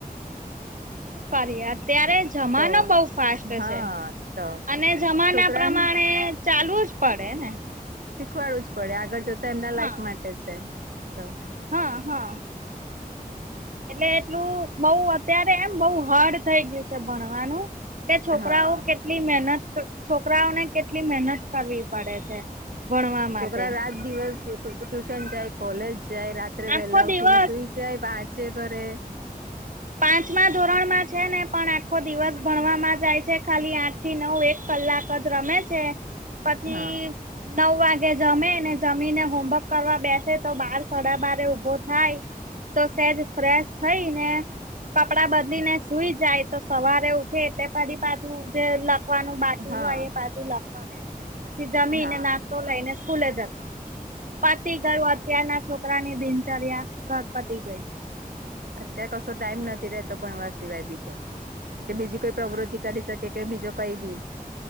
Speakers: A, on the right; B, on the right.
A: શું કરીએ અત્યારે જ જમાનો
B: તો
A: બહુ ફાસ્ટ
B: હા
A: છે
B: તો
A: અને જમાના
B: છોકરાને
A: પ્રમાણે ચાલવું જ પડે ને
B: શીખવાડું જ પડે આગળ જતા એમના
A: હા.
B: લાઈફ માટે છે તો
A: હા હા
B: <unintelligible>
A: એટલે એટલું બઉ અત્યારે એમ બઉ હાર્ડ થઈ ગયું છે ભણવાનું તે છોકરાઓ
B: હા
A: કેટલી મહેનત છોકરાઓને કેટલી મહેનત કરવી પડે છે ભણવા માટે
B: છોકરા રાત દિવસ ટ્યુશન જાય કોલેજ જાય રાત્રે
A: આખો
B: વહેલા
A: દિવસ
B: ઉઠીને સુઈ જે વાચે કરે
A: પાંચમા ધોરણ માં છે ને પણ આખો દિવસ ભણવામાં જાય છે ખાલી આઠ થી નવ એક કલાક જ રમે છે પછી
B: હા
A: નવ વાગે જમે ને જમીને હોમવર્ક કરવા બેસે તો બાર સડા બારે ઉભો થાય તો સેજ ફ્રેશ થઈ ને કપડાં બદલીને સુૂઈ જાય તો સવારે ઉઠે એટલે પછ પાછું જે વાનું બાટી
B: હા
A: હોય એ પાછી લખવા દેશેને પછી જમીને
B: હા હા
A: નાસ્તો લઈને સ્કૂલે જતો પતિ ગયોું અત્યારના છોકરાની દિનચર્યાજ પતિ ગઈ
B: અત્યારે કશો ટાઈમ નથી રતો ભણવાર સિવાય બીજો કે બીજી કોઈ પ્રવૃતિ કરી શકે કે કે બીજો કઈ બી